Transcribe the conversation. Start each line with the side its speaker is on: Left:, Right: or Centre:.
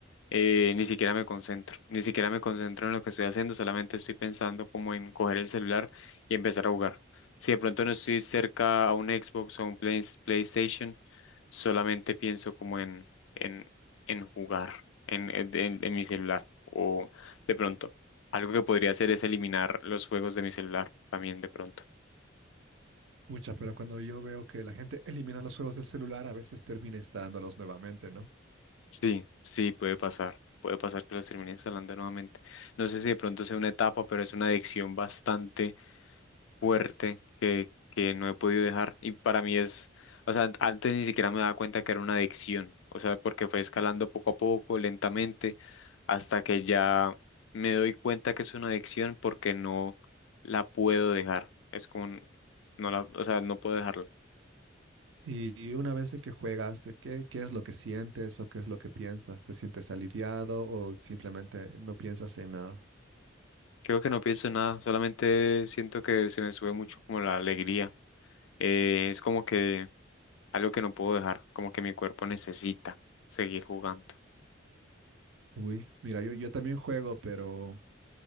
Left: eh, ni siquiera me concentro, ni siquiera me concentro en lo que estoy haciendo, solamente estoy pensando como en coger el celular y empezar a jugar. Si de pronto no estoy cerca a un Xbox o a un Play- PlayStation, solamente pienso como en, en, en jugar en, en, en- en mi celular. O de pronto, algo que podría hacer es eliminar los juegos de mi celular también de pronto.
Right: Mucha, pero cuando yo veo que la gente elimina los juegos del celular, a veces termina instalándolos nuevamente, ¿no?
Left: Sí, sí, puede pasar. Puede pasar que los termine instalando nuevamente. No sé si de pronto sea una etapa, pero es una adicción bastante fuerte que, que no he podido dejar. Y para mí es, o sea, antes ni siquiera me daba cuenta que era una adicción, o sea, porque fue escalando poco a poco, lentamente, hasta que ya me doy cuenta que es una adicción porque no la puedo dejar. Es como, un- no la, o sea, no puedo dejarlo.
Right: Y y una vez de que juegas, eh, ¿qué, qué es lo que sientes o qué es lo que piensas? ¿Te sientes aliviado o simplemente no piensas en nada?
Left: Creo que no pienso en nada, solamente siento que se me sube mucho como la alegría. Eh, es como que algo que no puedo dejar, como que mi cuerpo necesita seguir jugando.
Right: Uy, mira, yo, yo también juego, pero